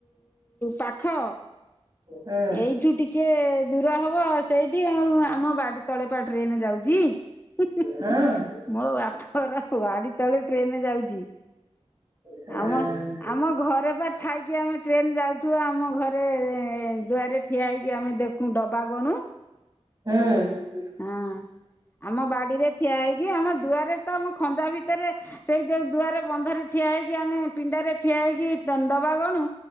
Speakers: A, on the left; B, on the right.
A: ପାଖ।
B: ହଁ
A: ଏଇଠୁ ଟିକେ ଦୂର ହବ ସେଇଠି ଆଉ ଆମ ବାଡି ତଳେ ପା ଟ୍ରେନେ ଯାଉଚି। ହି ହି
B: ହଁ।
A: ହି ମୋ ବାପଘର ବା ବାଡି ତଳେ ଟ୍ରେନେ ଯାଉଚି
B: ହଁ।
A: ଆମ-ଆମ ଘରେ ପା ଥାଇକି ଆ ଆମେ ଟ୍ରେନ ଯାଉଥୁବ ଆମ ଘରେ ଦୁଆରେ ଠିଆହେଇକି ଆମେ ଦେଖୁଁ ଡବା ଗଣୁ।
B: ହୁଁ।
A: ହଁ ଆମ ବାଡିରେ ଠିଆହେଇକି, ଆମ ଦୁଆରେ ତ, ଆମ ଖଞ୍ଜା ଭିତରେ ସେଇ ଯୋଉ ଦୁଆରେ ବନ୍ଧରେ ଠିଆ ହେଇକି ଆମେ ପିଣ୍ଡାରେ ଠିଆ ହେଇକି ଦନ୍ ଡବା ଗଣୁ